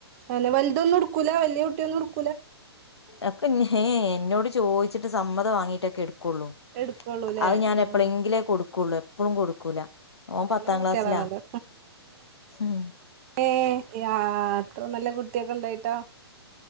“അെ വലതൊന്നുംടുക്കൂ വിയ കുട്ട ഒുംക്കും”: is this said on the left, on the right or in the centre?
Right